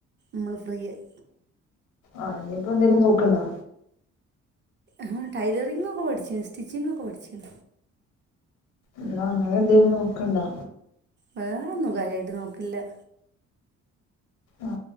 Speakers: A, on the right; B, on the left.
A: മ്മൾ ഫ്രീയായി
B: ആ നിയിപ്പൊ എന്തേലും നോക്ക്‌ണ്ടോ
A: ആ ടൈലറിങ്ങ് ഒക്കെ പഠിച്ച് സ്റ്റിച്ചിങ്ങ ഒക്കെ പഠിച്ച്ണ്
B: ന്ന ഇങ്ങൾ എന്താലും നോക്ക്‌ണ്ടാ
A: വേറൊന്നും കാര്യായിട്ട് നോക്ക്‌ല്ല
B: ആ